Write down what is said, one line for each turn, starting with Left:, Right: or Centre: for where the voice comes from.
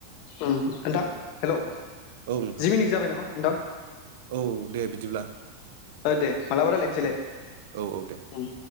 Left: ओम नोंथां हेलौ
Right: औ औ नोंथां
Left: जि मिनिट जाबाय नामा नोंथां?
Right: औ दे बिदिब्ला।
Left: ओ दे मालाबा रायलायनोसैलाय
Right: औ औ औ दे
Left: उम।